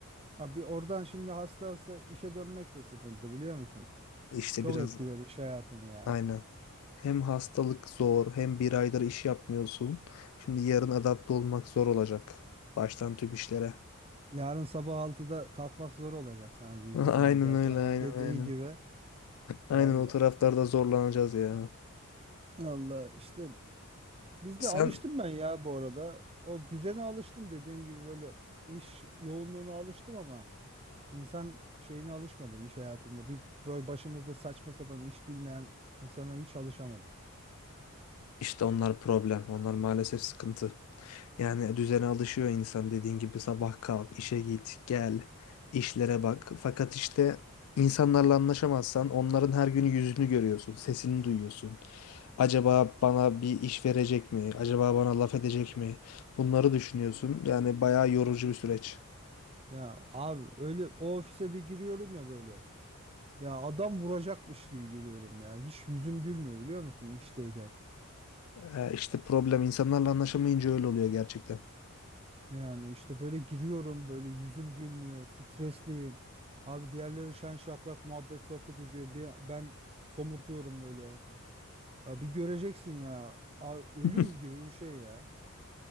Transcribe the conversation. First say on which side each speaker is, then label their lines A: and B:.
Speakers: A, on the right; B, on the left.
A: abi oradan şimdi hasta hasta işe dönmek de sıkıntı biliyor musun?
B: İşte
A: Çok
B: biraz
A: etkiler
B: da-
A: iş hayatını ya.
B: aynen. Hem hastalık zor hem bir aydır iş yapmıyorsun. Şimdi yarın adapte olmak zor olacak. Baştan tüp işlere.
A: Yarın sabah altıda kalkmak zor olacak sana
B: <laughs>
A: büyük ihtimal
B: Aynen
A: zaten.
B: öyle aynen
A: Dediğin
B: aynen.
A: gibi.
B: Aynen
A: Allah
B: o taraflarda zorlanacağız ya.
A: Allah işte Bizde
B: Sen
A: alıştım ben ya bu arada. O düzene alıştım dediğim gibi böyle iş yoğunluğuna alıştım ama insan şeyine alışmadım iş hayatında. Bir böyle başımızda saçma sapan iş bilmeyen insana hiç alışamadım.
B: İşte onlar problem. Onlar maalesef sıkıntı. Yani düzene alışıyor insan dediğin gibi sabah kalk, işe git, gel, işlere bak. Fakat işte insanlarla anlaşamazsan onların her gün yüzünü görüyorsun, sesini duyuyorsun. Acaba bana bir iş verecek mi? Acaba bana laf edecek mi? Bunları düşünüyorsun. Yani bayağı yorucu bir süreç.
A: Ya abi öyle o ofise bir giriyorum ya böyle. Ya adam vuracakmış gibi giriyorum ya. Hiç yüzüm gülmüyor biliyor musun işteyken.
B: Ee, işte problem insanlarla anlaşamayınca öyle oluyor gerçekten.
A: Yani işte böyle giriyorum böyle yüzüm gülmüyor. Stresliyim. Abi diğerleri şen şakrak muhabbet sohbet ediyor. Bir- Ben somurtuyorum böyle. Ya bir göreceksin ya. Abi ölüm
B: <laughs>
A: gibi bir şey ya.